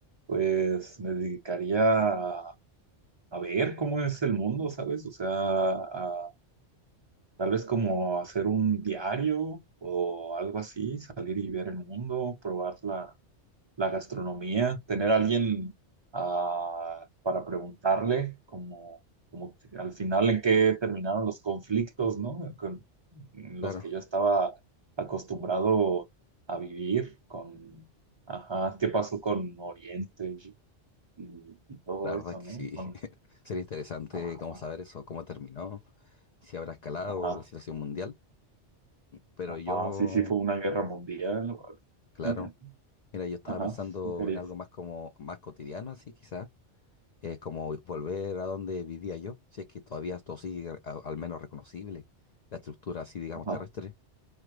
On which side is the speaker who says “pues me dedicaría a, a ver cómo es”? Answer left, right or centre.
Right